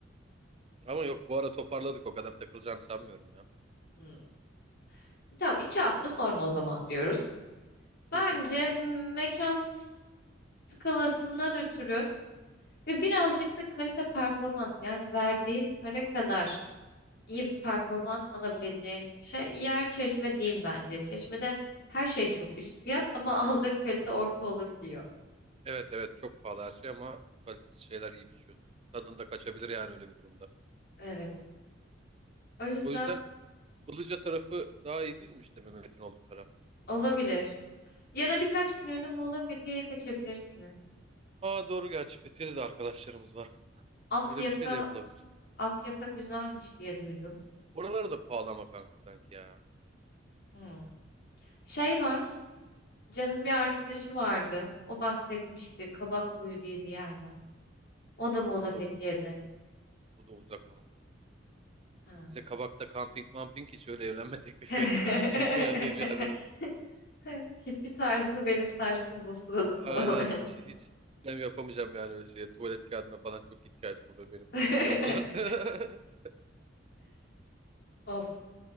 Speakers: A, on the right; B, on the left.
A: Ama yok bu ara toparladık o kadar takılacağını sanmıyorum ya.
B: Hı. Tamam iki hafta sonra o zaman diyoruz. Bence
A: Hı hı, hı hı.
B: mekan s- skalasından ötürü ve birazcık da kalite performans yani verdiğin para kadar iyi bir performans alabileceğin şey yer Çeşme değil bence. Çeşme'de her şey çok üst fiyat ama <laughs> aldığın kalite orta olabiliyor.
A: Evet evet çok pahalı her şey ama kalitesiz şeyler yiyip içiyorsun. Tadında kaçabilir yani öyle bir durumda.
B: Evet. O yüzden
A: O yüzden Ilıca tarafı daha iyi değil mi işte Mehmet'in olduğu taraf?
B: olabilir. Ya da birkaç günlüğüne Muğla Fethiye'ye kaçabilirsiniz.
A: Aa doğru gerçi Fethiye'de de arkadaşlarımız var.
B: Akyaka,
A: Öyle bir şey de yapılabilir.
B: Akyaka güzelmiş diye duydum.
A: Oralar da pahalı ama kanka sanki ya.
B: Hmm. Şey var. Can'ın bir arkadaşı vardı. O bahsetmişti Kabakkuyu diye bir yerden. O da Muğla
A: O da
B: Fethiye'de.
A: o da uzak ama.
B: Ha.
A: Bir de Kabak'ta kamping mamping hiç öyle evlenme teklifi
B: <laughs>
A: <laughs> edilecek bir yer değil yani orası.
B: Hippi tarzını benimsersiniz o sırada
A: Aynen
B: falan.
A: hiç hiç ben yapamayacağım yani öyle şey. Tuvalet kağıdına falan çok ihtiyacım oluyor benim
B: <laughs>
A: suya falan. <laughs>
B: Of.